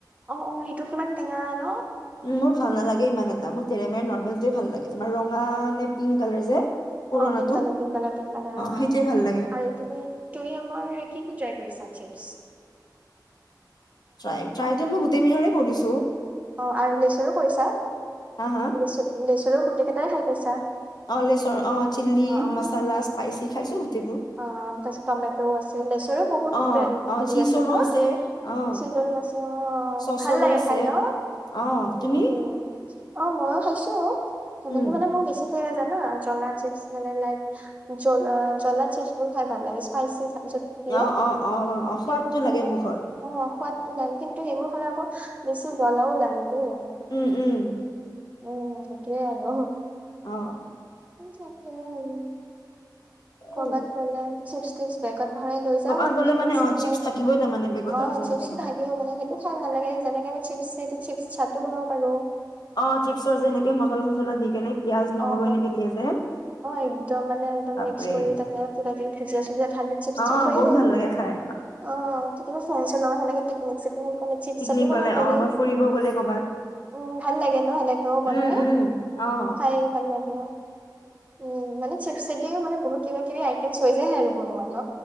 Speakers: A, on the right; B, on the left.
A: অ অ সেইটো কিমান টেঙা ন
B: মোৰ ভাল নালাগে ইমান এটা মোৰ তেৰে মেৰেৰ নৰ্মেল টোই ভাল লাগে। তোমাৰ ৰঙা নে পিংক কালাৰ যে পুৰণাটো
A: অ পিংকালাৰ-পিংকালাৰ-পিংকালাৰ অ
B: সেইটোৱে ভাল লাগে
A: আৰু তুমি-তুমি আমাৰ কি-কি ট্ৰাই কৰিছা? চিপচ
B: ট্ৰাই-ট্ৰাইটো মই গোটেই বিধৰে কৰিছো। ত <inaudible>
A: অ আৰু লিচুৰো কৰিছা
B: হা হা
A: লিচু-লিচু লেচুৰ গোটেইকেটাই খাই পাই
B: অ' লেচৰ অ চিল্লী
A: অ
B: মাচালা স্পাইচি খাইছো গোটেই।
A: অ' তাৰপিছত টমেট আছে লেচৰো বহুত
B: অ
A: ব্ৰেন
B: অ
A: হেৰি
B: চীজৰো
A: আছে ন
B: অ
A: চিজো আছে অ
B: চচৰো
A: ভাল লাগে
B: আছে
A: খাই ন
B: অ
A: উ।
B: তুমি
A: অ মইও খাইছো। সেনেকে
B: উম
A: মানে মোৰ বেছি কি হয় জানা জলা চিপচ মানে লাইক জলা-জলা, চিপাবোৰ খাই ভাল লাগে স্পাইচি পিছত দিয়ে
B: অ অ অ অ সোৱাদটো
A: অ
B: লাগে মুখত
A: সোৱাদতটো নাই কিন্তু সেইবোৰ খালে আকৌ বেছি জলাও লাগে দে।
B: উম-উম।
A: উম সেইটোৱে আৰু
B: অহ
A: উম তাকেই আৰু।
B: অ
A: ক'ৰবাত গলে চিপচ-টিপছ, বেগত ভৰাই লৈ যাও
B: ক'ৰবাত
A: আৰু
B: গ'লে
A: পিকনিক
B: মানে
A: চিকনিক
B: অ চিপছ থাকিবই তাৰমানে বেগত
A: অ'
B: আৰু যেনেকে
A: চিপচো
B: নহওক
A: থাকিব মানে সেইটো খাই ভাল লাগে যেনেকে মানে চিপছ এইটো চিপছ চাটো বনাব পাৰো।
B: অ চিপছৰ যেনেকে মছলা চছলা দি কেনে পিয়াজ
A: <unintelligible>
B: নহৰু এনেকে দিয়ে যে
A: একদম মানে এক
B: বাপৰে
A: মিক্স কৰি তাতে কিবা কিবি ভুজিয়া চুজিয়া ধালি চিপচত
B: অ
A: হৈয়ে
B: বহুত
A: গল।
B: ভাল লাগে খাই
A: অ'। <unintelligible> লগত সেনেকে পিকনিক চিকনিক গ'লে চিপছ
B: পিকনিক
A: চাটো বনাব
B: গ'লে
A: পাৰি
B: অ', বা ফুৰিব গ'লে ক'বাত,
A: উম ভাল লাগে ন সেনেকেও বনাই
B: উম, উম, অ'।
A: খাই ভাল লাগে। উম, মানে চিপ্চে দিও মানে বহুত কিবা-কিবি আইটেমচ হৈ যায় আৰু বনোৱা। ন?